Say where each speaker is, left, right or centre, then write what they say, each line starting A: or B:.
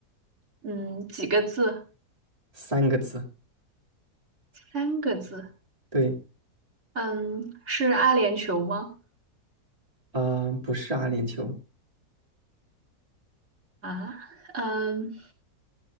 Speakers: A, on the right (about 45°); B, on the right (about 25°).
A: 嗯，几个字？
B: 三个字，
A: 三个字。
B: 对，
A: 嗯，是阿联酋吗？
B: 啊、不是阿联酋，
A: 啊，嗯，